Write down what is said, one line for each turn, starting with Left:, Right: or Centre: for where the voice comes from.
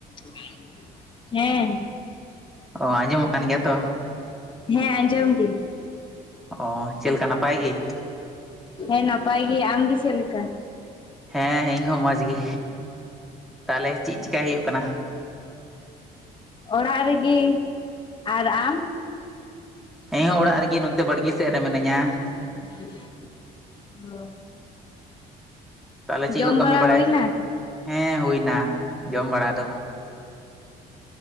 Left: <unintelligible> Hello ᱦᱮᱸ
Centre: ᱚ ᱟᱸᱡᱚᱢᱚᱜ ᱠᱟᱱ ᱜᱮᱭᱟ ᱛᱚ
Left: ᱦᱮᱸ ᱟᱸᱡᱚᱢ ᱫᱟᱹᱧ
Centre: ᱚᱻᱪᱮᱫ ᱞᱮᱠᱟ ᱱᱟᱯᱟᱭ ᱜᱮ
Left: ᱦᱮᱸ ᱱᱟᱯᱟᱭ ᱜᱮ ᱟᱢ ᱜᱮ ᱪᱮᱫ ᱞᱮᱠᱟ
Centre: ᱦᱮᱸ ᱤᱧ ᱦᱚᱸ ᱢᱚᱸᱡᱽ ᱜᱮ ᱛᱟᱦᱚᱞᱮ ᱪᱮᱫ ᱪᱮᱠᱟᱭ ᱦᱩᱭᱩᱜ ᱠᱟᱱᱟ
Left: ᱚᱲᱟᱜ ᱨᱮᱜᱤ ᱟᱨ ᱟᱢ
Centre: ᱤᱧ ᱦᱚᱸ ᱚᱲᱟᱜ ᱨᱮᱜᱮ ᱱᱚᱛᱮ ᱵᱟᱲᱜᱮ ᱥᱮᱫ ᱨᱮ ᱢᱤᱱᱟᱹᱧᱟ
Left: <inaudible>
Centre: ᱛᱟᱦᱚᱞᱮ ᱪᱮᱫ
Left: ᱡᱚᱢ
Centre: ᱠᱚ ᱠᱟᱹᱢᱤ
Left: ᱵᱟᱲᱟ
Centre: ᱵᱟᱲᱟᱭᱮᱫ
Left: ᱦᱩᱭᱱᱟ?
Centre: ᱦᱮᱸ ᱦᱩᱭᱱᱟ ᱡᱚᱢ ᱵᱟᱲᱟ ᱫᱚ